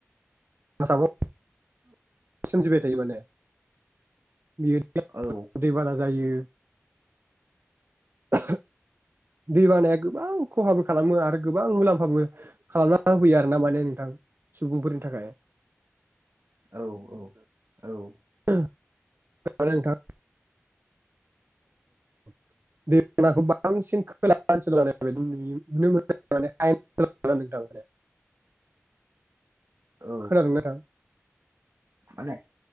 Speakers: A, on the right; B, on the right.
A: <unintelligible> सोमजिबाय थायो माने <unintelligible>
B: औ
A: दैबाना जायो । <unintelligible> दै बानाया गोबां खहाबो खालामो आरो गोबां मुलाम्फाबो खालामना होफैयो आरो ना माने नोंथां। सुबुंफोरनि थाखाय
B: औ औ औ
A: <unintelligible> <unintelligible> <unintelligible>
B: औ
A: खोनादोंना? <unintelligible>
B: माने